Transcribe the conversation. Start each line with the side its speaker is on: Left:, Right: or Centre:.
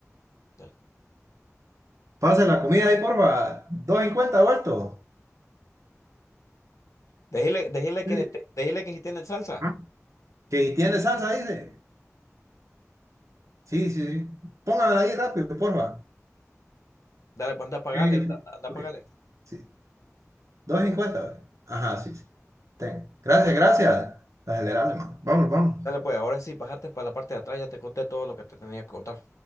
Left: Dale.
Right: Pase la comida ahí, porfa. 250 vuelto.
Left: Déjele, déjele
Right: Sí.
Left: que, esté- déjele que si tiene salsa.
Right: Ah, Que tiene salsa, dice. Sí, sí, sí. Póngamela ahí rápido, porfa.
Left: Dale, pues anda a pagarle,
Right: Sí, sí.
Left: anda a
Right: Ok,
Left: pagarle.
Right: sí. 250. güey. Ajá, sí, sí. Ten. Gracias, gracias. Acelerale, man. Vamos, vamos.
Left: Dale, pues ahora sí, pasaste para la parte de atrás, ya te conté todo lo que te tenía que contar.